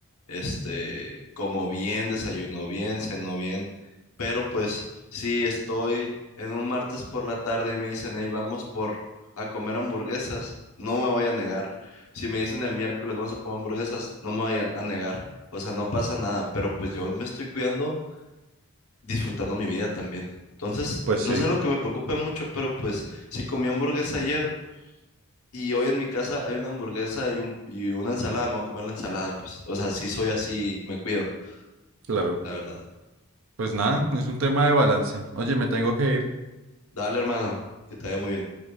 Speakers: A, on the left; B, on the right.
A: este, como bien, desayuno bien, ceno bien, pero pues sí estoy en un martes por la tarde y me dicen, hey, vamos por a comer hamburguesas, no me voy a negar. Si me dicen el miércoles vamos a comer hamburguesas, no me voy a, a negar. O sea, no pasa nada, pero pues yo me estoy cuidando, disfrutando mi vida también. Entonces,
B: Pues
A: no
B: sí,
A: es algo que me preocupe mucho, pero pues si comí hamburguesa ayer, y hoy en mi casa hay una hamburguesa y, un, y una ensalada, me voy a comer la ensalada, pues. O sea, sí soy así, me cuido,
B: claro.
A: la verdad.
B: Pues nada, es un tema de balance. Oye, me tengo que ir.
A: Dale, hermano, que te vaya muy bien.